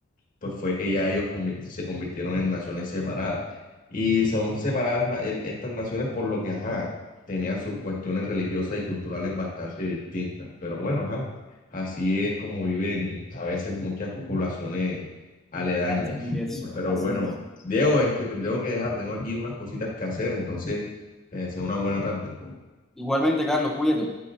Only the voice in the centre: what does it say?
Así es,
así
es.
Igualmente, Carlos, cuídate.